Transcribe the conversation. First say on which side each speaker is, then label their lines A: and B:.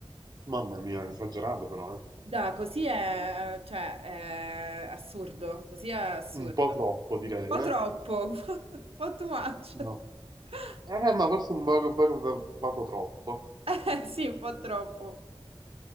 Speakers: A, on the right; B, on the right.
A: Mamma mia, esagerato però, eh.
B: Da, così è, eh, cioè, è assurdo, così è assurdo.
A: Un po' troppo
B: Un
A: direi,
B: po'
A: eh.
B: troppo, <laughs> un po' un po' too much.
A: Ma
B: <laughs>
A: Eh, ma forse un poco, poco, poco troppo.
B: Eh, sì, un po' troppo.